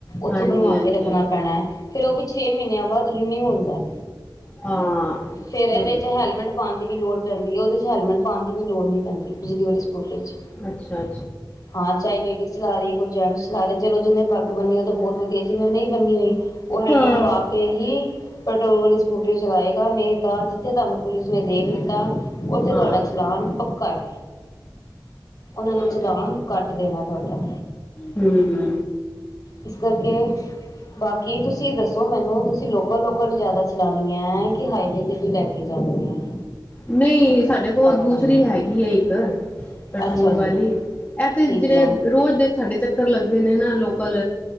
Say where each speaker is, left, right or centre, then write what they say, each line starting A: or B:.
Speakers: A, on the left (about 25°); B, on the left (about 50°).
A: ਹਾਂਜੀ-ਹਾਂਜੀ,
B: ਉਥੋਂ ਬਣਵਾ ਕੇ ਰੱਖਣਾ ਪੈਣਾ ਫਿਰ ਉਹ ਵੀ ਛੇ ਮਹੀਨਿਆਂ ਬਾਅਦ ਰਿਨਿਊ ਹੁੰਦਾ
A: ਹਾਂ
B: ਫਿਰ ਇਹਦੇ
A: ਉਹ ਤੇ
B: ਚ ਹੈਲਮਟ ਪਾਉਣ ਦੀ ਵੀ ਲੋੜ ਪੈਂਦੀ ਹ ਉਹਦੇ ਚ ਹੈਲਮਟ ਪਾਉਣ ਦੀ ਵੀ ਲੋੜ ਨਹੀਂ ਪੈਂਦੀ ਪਿਛਲੀ ਵਾਰੀ ਬਿਜਲੀ ਵਾਲੀ ਸਕੂਟਰੀ ਚ
A: ਅੱਛਾ
B: ਹਾਂ ਚਾ ਲੇਡੀ ਚਲਾ ਰਹੀ ਹ ਗੁਲਾਰੇ ਚਲੋ ਜਿਨੇ ਪੱਗ ਬੰਨੀ ਉਹ ਤਾਂ ਬਹੁਤ ਵਧੀਆ ਜੀ ਜਿੰਨੇ ਨਹੀਂ ਬੰਨੀ ਹੋਈ ਉਹ ਹੈਲਮੈਟ
A: ਹਾਂ।
B: ਪਾ ਕੇ ਹੀ ਪੈਟਰੋਲ ਵਾਲੀ ਸਕੂਟਰੀ ਚਲਾਏਗਾ ਨਹੀਂ ਤਾਂ ਜਿੱਥੇ ਤੁਹਾਨੂੰ ਪੁਲਿਸ ਨੇ ਦੇਖ ਲਿੱਤਾ ਉਥੇ
A: ਹਾਂ,
B: ਤੁਹਾਡਾ ਚਲਾਨ ਪੱਕਾ ਹ ਉਹਨਾਂ
A: ਉਹ
B: ਨੇ ਚਲਾਨ ਕੱਟ ਦੇਣਾ ਤੁਹਾਡਾ
A: ਹੂ ਹੂ
B: ਇਸ ਕਰਕੇ ਬਾਕੀ ਤੁਸੀਂ ਦੱਸੋ ਮੈਨੂੰ ਤੁਸੀਂ ਲੋਕਲ ਲੋਕਲ ਜਿਆਦਾ ਚਲਾਨੀ ਏ ਕਿ ਹਾਈਵੇ ਤੇ ਵੀ ਲੈ ਕੇ ਜਾਣੀ ਹ <inaudible>
A: ਨਹੀਂ ਸਾਡੇ ਕੋਲ ਦੂਸਰੀ
B: ਜਿਵੇਂ
A: ਹੈਗੀ ਏ ਇੱਕ ਪੈਟਰੋਲ
B: ਅੱਛਾ ਜੀ
A: ਵਾਲੀ ਇਹ ਫਿਰ
B: ਠੀਕ ਹੈ
A: ਰੋਜ਼ ਦੇ ਜਿਹੜੇ ਸਾਡੇ ਚੱਕਰ ਲੱਗਦੇ ਨੇ ਨਾ ਲੋਕਲ